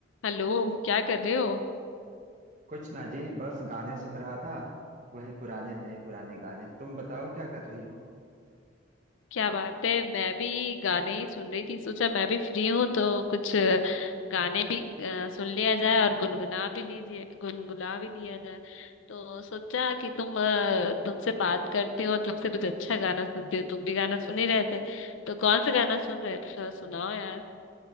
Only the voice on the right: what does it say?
कुछ ना जी बस गाने सुन रहा था वही पुराने नए पुराने गाने तुम बताओ क्या कर रही हो